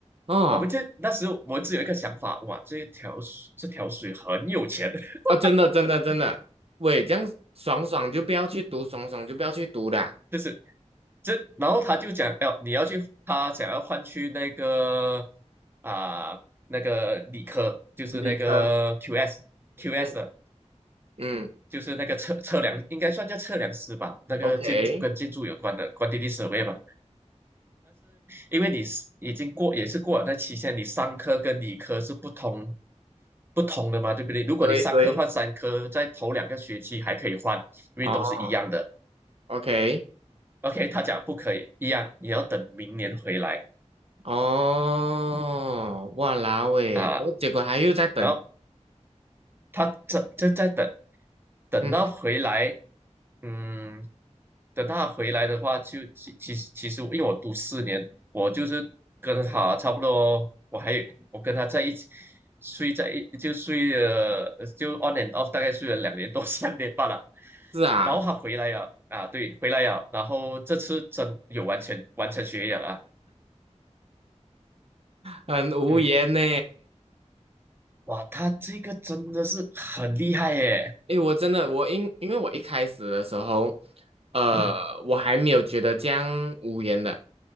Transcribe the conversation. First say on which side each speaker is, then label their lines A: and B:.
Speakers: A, on the right (about 55°); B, on the right (about 20°).
A: 哦，
B: 我们这那时我们只有一个想法，哇，这一条水这条水很有钱，<laughs>
A: 啊，真的，真的，真的，喂，这样爽爽就不要去读，爽爽就不要去读的啊
B: 就是这，然后他就讲要你要去，他想要换去那个啊、那个理科，就是那个
A: 理科，
B: QS QS
A: 嗯
B: 的，
A: 嗯
B: 就是那个测测量，应该算叫测量师吧，那个建筑跟建筑有关的
A: ，OK，OK，
B: q u a n t 嘛，因为你是已经过也是过了那期限，你商科跟理科是不同不同的嘛，对不对？如果你三科换三科，
A: 对对，
B: 在头两个学期还可以换，因为都是一样的。
A: 哦，OK，
B: OK，他讲不可以一样，你要等明年回来
A: 哦，哇啦喂，
B: 啊。
A: 我结果还又在等，
B: 然后他这就在等，等到回来，
A: 嗯，
B: 嗯，等他回来的话就，其其实其实，因为我读四年，我就是跟他差不多，我还有我跟他在一起睡在一就睡了就 on and off，大概睡了两年多 <laughs> 三年半了，
A: 是啊，
B: 然后他回来了啊，对，回来了，然后这次真有完成完成学业了啊
A: 很无言呢。
B: 嗯，哇，他这个真的是很厉害耶，
A: 诶，我真的，我因因为我一开始的时候，呃，
B: 嗯，
A: 我还没有觉得这样无言的，